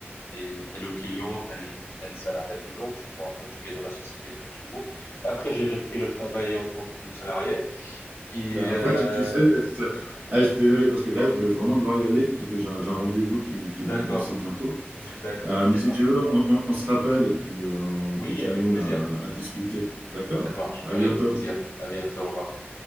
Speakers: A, on the left; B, on the right.
A: t'es- t'as le client, t'as les, t'as les salariés toujours. Tu pourras continuer dans la société quand tu veux. Après, j'ai repris le travail en tant que salarié. Et,
B: Ben, après,
A: euh,
B: tu, tu sais, c'est- ah, je suis désolé parce que là, je vais vraiment devoir y aller parce que j'ai un, j'ai un rendez-vous qui, qui
A: d'accord.
B: va commencer bientôt.
A: <laughs> D'accord.
B: Euh,
A: OK,
B: mais si
A: parfait.
B: tu veux, on, on- on se rappelle et puis euh, on
A: Oui,
B: continue
A: avec plaisir.
B: à à discuter. D'accord?
A: Ça marche.
B: À
A: Avec
B: bientôt.
A: plaisir. À bientôt. Au revoir.